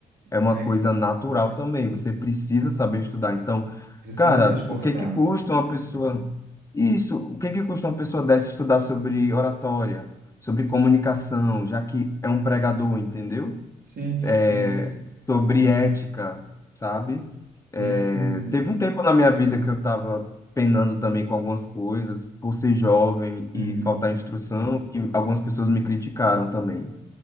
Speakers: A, on the left; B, on the right.
A: é uma
B: É,
A: coisa natural também. Você precisa saber estudar. Então,
B: precisa
A: cara,
B: se esforçar.
A: o que que custa uma pessoa isso? O que que custa uma pessoa dessa estudar sobre oratória, sobre comunicação, já que é um pregador, entendeu?
B: Sim,
A: É
B: e,
A: Sobre ética, sabe? É,
B: e assim,
A: teve um tempo na minha vida que eu estava penando também com algumas coisas, por ser jovem
B: uhum.
A: e faltar instrução, que algumas pessoas me criticaram também.